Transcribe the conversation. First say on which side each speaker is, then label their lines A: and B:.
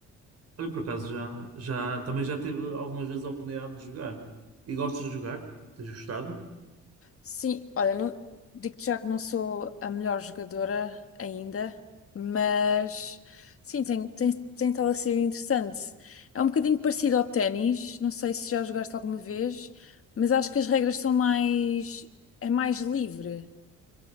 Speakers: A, on the right; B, on the left.
A: Olha, por acaso já, já também já tive algumas vezes a oportunidade de jogar. E gostas de jogar? Tens gostado?
B: Sim, olha, não- digo-te já que não sou a melhor jogadora ainda, mas sim, tem, tem, tem estado a ser interessante. É um bocadinho parecido ao ténis, não sei se já jogaste alguma vez, mas acho que as regras são mais, é mais livre.